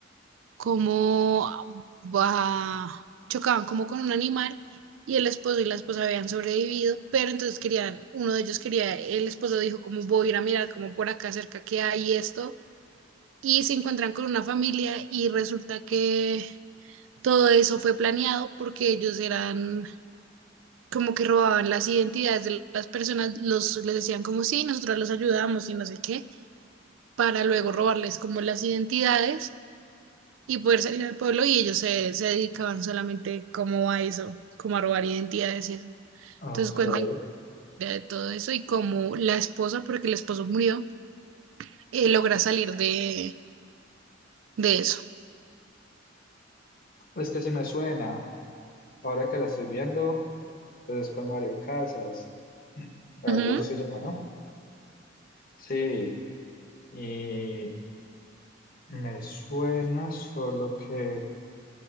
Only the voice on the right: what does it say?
como bah, chocaban como con un animal y el esposo y la esposa habían sobrevivido, pero entonces querían, uno de ellos quería, el esposo dijo como voy a ir a mirar como por acá cerca que hay esto y se encuentran con una familia y resulta que todo eso fue planeado porque ellos eran como que robaban las identidades de las personas, los les decían como sí, nosotros los ayudamos y no sé qué, para luego robarles como las identidades y poder salir al pueblo y ellos se, se dedicaban solamente como a eso, como a robar identidades y eso. Entonces
cuentan
de todo eso y cómo la esposa, porque el esposo murió, eh, logra salir de, de eso.
Ujú.